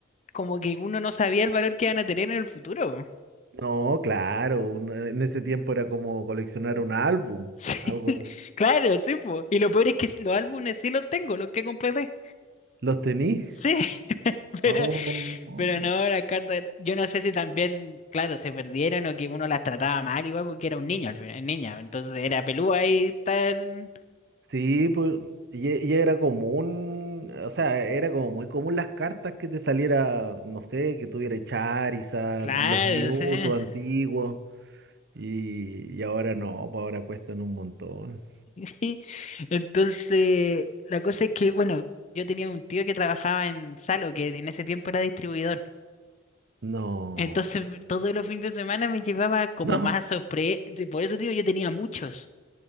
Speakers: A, on the left; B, on the right.
A: como que uno no sabía el valor que iban a tener en el futuro. po. <laughs>
B: No, claro, un- eh, en ese tiempo era como coleccionar un álbum,
A: Sí,
B: algo.
A: claro, sí, po. Y lo peor es que los álbumes sí los tengo, los que completé.
B: ¿Los tení?
A: Sí, <laughs> pero,
B: No.
A: pero no, las cartas, yo no sé si también, claro, se perdieron o que uno las trataba mal igual porque era un niño al final, niña, entonces era pelúa ahí tan...
B: Sí, pues, y, e- y era común, o sea, era como muy común las cartas que te saliera, no sé, que tuviera Charizard,
A: Claro,
B: los Mewtwo
A: sí. <laughs>
B: antiguos, y, y ahora no, pues ahora cuestan un montón.
A: Sí. Entonces, la cosa es que, bueno, yo tenía un tío que trabajaba en Salo, que en ese tiempo era distribuidor.
B: No,
A: Entonces <laughs> todos los fines de semana me llevaba
B: <laughs>
A: como
B: no.
A: más sorpresa. Por eso, digo, yo tenía muchos.